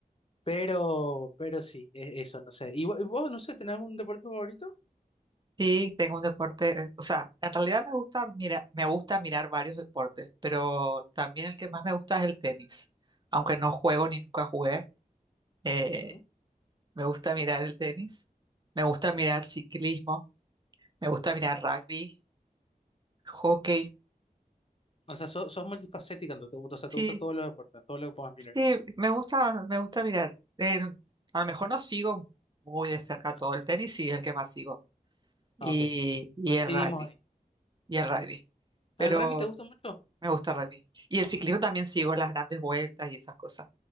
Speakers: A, on the left; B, on the right.
A: pero, pero sí, e- eso, no sé. ¿Y vo- y vos, no sé, tenés algún deporte favorito?
B: sí, tengo un deporte, eh, o sea, en realidad me gusta, mira, me gusta mirar varios deportes, pero también el que más me gusta es el tenis. Aunque no juego ni nunca jugué, eh,
A: Ujú.
B: me gusta mirar el tenis. Me gusta mirar ciclismo, me gusta mirar rugby, hockey.
A: O sea, so- sos, multifacética, entonces, te gusta, o sea,
B: Sí,
A: te gustan todos los deportes, todo lo que puedas mirar.
B: Sí, me gusta, me gusta mirar. Eh, a lo mejor no sigo muy de cerca
A: <laughs>
B: todo el tenis, sí, es el que más sigo. Y,
A: Ah, ah, Ok,
B: y
A: coincidimos
B: el rugby,
A: ahí.
B: y el rugby. Pero
A: ¿Al rugby te gusta mucho?
B: me gusta el rugby. Y el ciclismo también sigo las grandes vueltas y esas cosas.